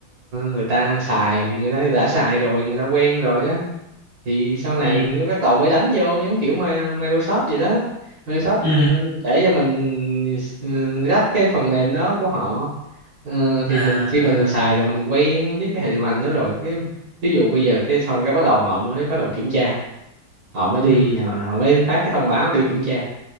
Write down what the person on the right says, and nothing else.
người ta xài thì người ta đã xài rồi người ta quen rồi đó thì sau này
các tàu mới đánh vô giống kiểu Ma- Microsoft vậy đó Microsoft ừ,
để cho mình ừ, rắc cái phần mềm đó của họ Ờ, thì
mình khi mà
mình xài rồi mình quen với cái hệ điều hành đó rồi thế ví dụ bây giờ cái xong cái bắt đầu họ mới bắt đầu kiểm tra họ mới đi
họ, họ mới phát cái thông báo đi kiểm tra